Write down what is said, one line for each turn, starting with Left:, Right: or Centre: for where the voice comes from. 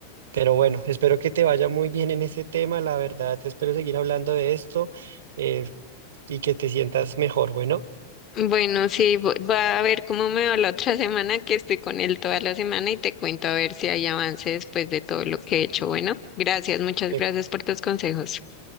Right: Pero bueno, espero que te vaya muy bien en ese tema, la verdad, espero seguir hablando de esto eh, y que te sientas mejor. Bueno,
Left: Bueno, sí, vo- va a ver cómo me va la otra <laughs> semana, que estoy con él toda la semana y te cuento a ver si hay avance después de todo lo que he hecho. Bueno, gracias, muchas
Right: me-
Left: gracias por tus consejos.